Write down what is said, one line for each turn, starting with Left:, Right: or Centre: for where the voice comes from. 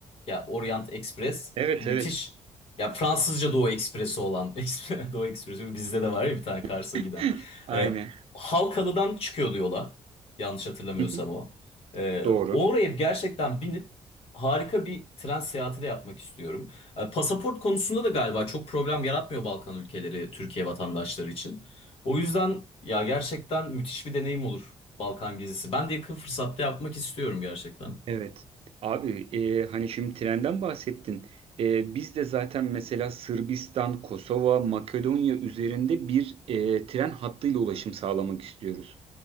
Left: ya Orient Express
Right: Evet
Left: müthiş.
Right: evet.
Left: Ya Fransızca Doğu Ekspresi olan <laughs> Ekspre- Doğu Ekspresi bizde de var ya bir tane Kars'a
Right: <laughs>
Left: giden.
Right: Aynen.
Left: Ee, Halkalı'dan çıkıyordu yola. Yanlış hatırlamıyorsam
Right: <laughs>
Left: o. Ee,
Right: Doğru.
Left: oraya gerçekten binip harika bir tren seyahati de yapmak istiyorum. Ee, pasaport konusunda da galiba çok problem yaratmıyor Balkan ülkeleri Türkiye vatandaşları için. O yüzden ya gerçekten müthiş bir deneyim olur Balkan gezisi. Ben de yakın fırsatta yapmak istiyorum gerçekten.
Right: Evet. Abi e, hani şimdi trenden bahsettin. E, biz de zaten mesela Sırbistan, Kosova, Makedonya üzerinde bir e, tren hattıyla ulaşım sağlamak istiyoruz.